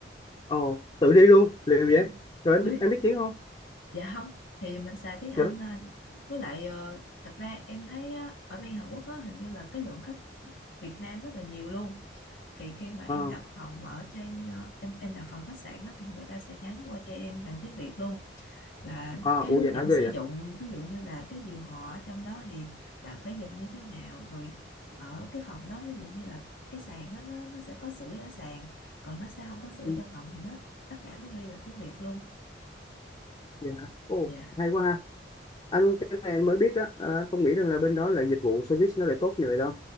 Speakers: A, on the left; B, on the left.
A: Ồ, tự đi
B: dạ
A: luôn, liều vậy.
B: Dạ.
A: Rồi em,
B: Ôi,
A: em biết tiếng không?
B: Dạ không, thì mình xài tiếng Anh
A: Trời đất.
B: thôi. Với lại ờ, thật ra em thấy á, ở bên Hàn Quốc á, hình như là cái lượng khách Việt Nam rất là nhiều luôn. Thì khi mà em
A: Ờ,
B: đặt phòng ở trên ờ, em em đặt phòng khách sạn á, thì người ta sẽ nhắn qua cho em bằng tiếng Việt luôn là
A: à,
B: cái
A: ủa
B: hướng
A: vậy
B: dẫn
A: hả, ghê
B: sử
A: vậy.
B: dụng ví dụ như là cái điều hòa ở trong đó thì bạn phải dùng như thế nào rồi ở cái phòng đó ví dụ như là cái sàn á, nó nó sẽ có sưởi ở sàn còn nó sẽ không có sưởi
A: Ừ,
B: trong phòng thì nó tất cả nó ghi bằng tiếng Việt luôn.
A: Vậy Ồ,
B: Dạ.
A: hay quá ha. Anh cái này anh mới biết đó, à, anh không nghĩ rằng là bên đó là dịch vụ service nó lại tốt như vậy đâu.